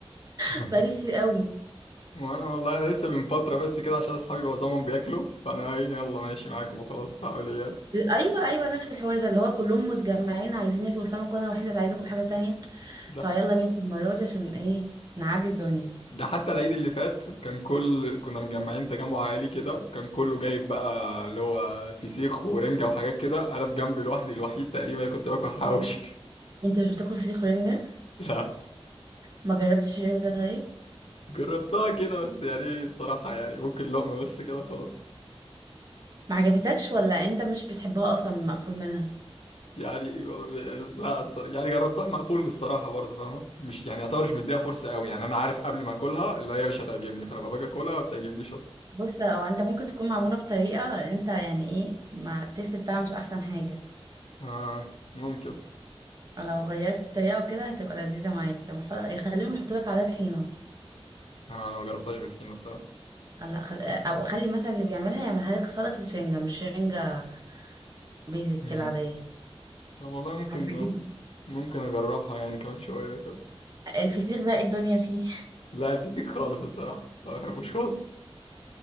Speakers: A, on the left; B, on the right.
A: <laughs>
B: <laughs> بقالي كتير قوي
A: وانا والله انا لسه من فتره بس كده عشان اصحابي معظمهم بياكلوا فانا إيه، يلا ماشي معاكم وخلاص هعمل ايه يعني؟
B: ايوه ايوه نفس الحوار ده اللي هو كلهم متجمعين عايزين ياكلوا سمك وانا الوحيده اللي عايزه اكل حاجه تانية
A: لا
B: فيلا ماشي المره دي عشان ايه نعدي الدنيا
A: ده حتى العيد اللي فات كان كل كنا مجمعين تجمع عائلي كده كان كله جايب بقى اللي هو فسيخ ورنجه وحاجات كده انا في جنبي لوحدي الوحيد تقريبا كنت باكل حواوشي
B: انت مش بتاكل فسيخ ورنجه
A: <laughs> لا
B: ما جربتش رنجه طيب
A: جربتها كده بس يعني إيه، الصراحه يعني ممكن لقمه بس كده خلاص
B: ما عجبتكش ولا انت مش بتحبها اصلا مقفول منها
A: يعني لا الصراحة يعني جربتها مقفول من الصراحة برضه فاهمة مش يعني يعتبر مش مديها فرصة قوي يعني أنا عارف قبل ما أكلها اللي هي مش هتعجبني فلما باجي أكلها ما بتعجبنيش أصلا
B: بص هو انت ممكن تكون معمولة بطريقة انت يعني ايه ما التيست بتاعها مش احسن حاجة
A: آه ممكن
B: لو غيرت الطريقة وكده هتبقى لذيذة معاك يوم حط- يخليهم يحطوا لك عليها طحينة
A: آه أنا ما جربتهاش بطحينة الصراحة
B: هلا خل... او خلي مثلا اللي بيعملها يعملها لك سلطة شنجة مش شنجة بيزك
A: مم.
B: كده عادية
A: طب والله ممكن
B: هتعجبك
A: ممكن أجربها يعني كمان شوية كده
B: الفسيخ بقى ايه الدنيا فيه
A: لا الفسيخ خالص الصراحة ما بحبوش خالص